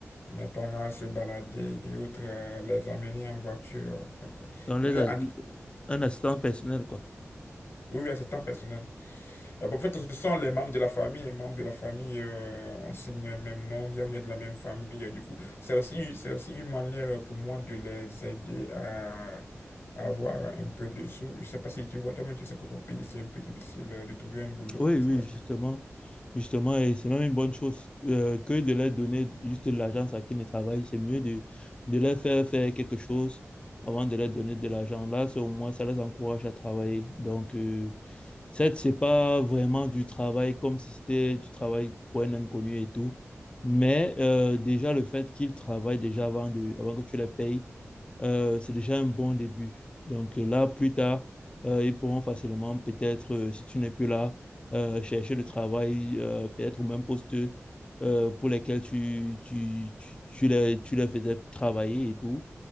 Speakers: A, on the left; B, on the left.
A: mes parents, se balader et autres, euh, les amener en voiture. euh. Donc, euh,
B: Dans les,
A: il
B: a-
A: est en-
B: un assistant personnel, quoi.
A: oui, assistant personnel. Euh, bon, en fait, ce sont les membres de la famille. Les membres de la famille, euh, on signe le même nom, on vient on vient de la même famille. Euh, Du coup, c'est aussi, c'est aussi une manière euh, pour moi de les aider à avoir un peu de sous. Je sais pas si tu vois, toi-même, tu sais qu'au pays, c'est un peu difficile euh, de trouver un boulot.
B: Oui,
A: Je
B: oui,
A: sais pas
B: justement. Justement, et c'est même une bonne chose euh, que de leur donner juste de l'argent à qui ne travaille. C'est mieux de, de leur faire faire quelque chose avant de leur donner de l'argent. Là, c'est au moins, ça les encourage à travailler. Donc, euh, certes, c'est pas vraiment du travail comme si c'était du travail pour un inconnu et tout. Mais euh, déjà, le fait qu'ils travaillent déjà avant, de, avant que tu les payes, euh, c'est déjà un bon début. Donc euh, là, plus tard, euh, ils pourront facilement, peut-être, euh, si tu n'es plus là, euh, chercher le travail, euh, peut-être au même poste euh, pour lesquels tu, tu, tu, tu, les, tu les faisais travailler et tout,